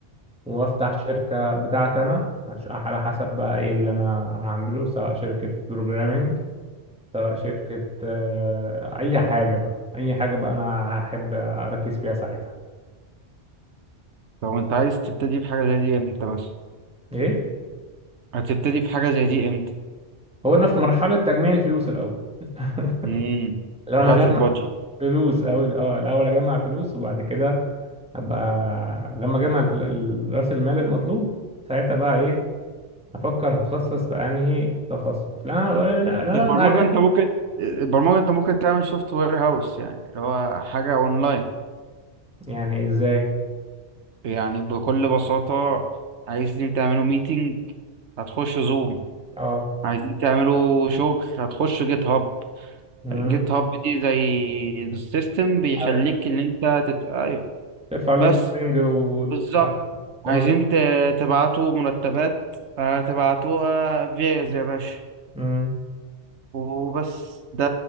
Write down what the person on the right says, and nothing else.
طب انت عايز تبتدي في حاجة زي دي امتى مثلا
هتبتدي في حاجة زي دي امتى
امم
مرحلة
البادجت
البرمجة
انت ممكن البرمجة انت ممكن تعمل سوفت وير هاوس يعني اللي هو حاجة اونلاين
يعني بكل بساطة عايزين تعملوا ميتنج هتخش زوم
عايزين تعملوا شغل هتخش جيت هاب
جيت هاب دي زي السيستم بيخليك
ان انت تت... ايوه
بس
بالظبط عايزين
ت- تبعتوا مرتبات آه، تبعتوها فيز يا باشا
وبس ده